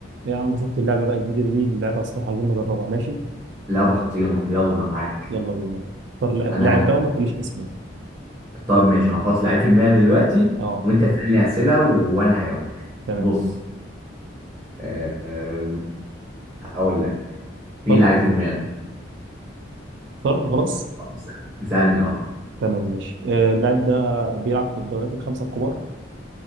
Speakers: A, on the right; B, on the right.
A: يا عم شفت اللعبه بقى الجديده دي اللي لعبها الصراحه عايزين نجربها ماشي
B: لعبة خطيرة يلا أنا معاك
A: يلا بينا اختار لع-
B: أنا
A: لاعب بقى وما تقوليش اسمه
B: طب ماشي أنا هحط لعيب في دماغي دلوقتي
A: اه
B: وأنت تسألني أسئلة وأنا هجاوب
A: تمام
B: بص آه، آم، هقول لك في
A: اخترت
B: لعيب في دماغي
A: اخترت خلاص
B: آه، بس- اسألني أه
A: تمام ماشي آه، اللاعب ده بيلعب في الدوريات الخمسه الكبار